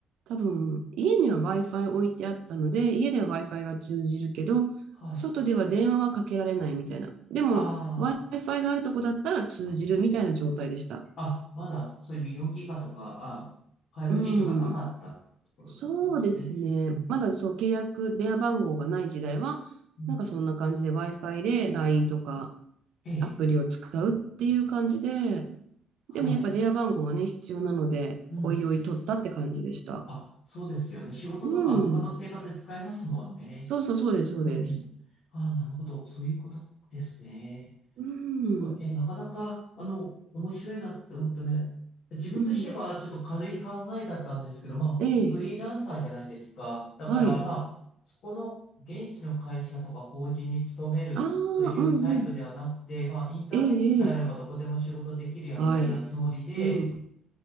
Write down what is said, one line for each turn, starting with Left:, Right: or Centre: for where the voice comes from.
Right: 多分、家には Wi-Fi 置いてあったので、家では Wi-Fi が通じるけど、
Left: はい。
Right: 外では電話はかけられないみたいな。でも、
Left: あ
Right: Wi-Fi があるとこだったら通じるみたいな状態でした。
Left: あ、あ、まだそういう 4GB とか、あ、5G
Right: うん。
Left: とかなかったところだったんですね。
Right: そうですね。
Left: うん、
Right: まだそう、契約、電話番号がない時代は、
Left: うん、
Right: なんかそんな感じで Wi-Fi で LINE とか
Left: ええ、
Right: アプリを使うっていう感じで、
Left: はい。
Right: でもやっぱ電話番号はね、必要なので、
Left: うん。
Right: おいおい取ったって感じでした。
Left: あ、そうですよね。仕事とか他の生活で使えますもんね。
Right: うん。そうそうそうです、そうです。
Left: うん、うん。ああ、なるほど。そういうことですね。
Right: うん。
Left: そっか、え、なかなか、あの、面白いなって思ったね。自分としては、
Right: うん。
Left: ちょっと軽い考えだったんですけど、まあ、
Right: ええ。
Left: フリーランサーじゃないですか。だから、
Right: はい。
Left: まあ、そこの現地の会社とか法人に勤めるというタイプではなくて、
Right: ああ、うんうん。
Left: まあ、インターネットさえあればどこでも仕事できるや、
Right: ええ、ええ。はい。
Left: みたいなつもりで、
Right: うん。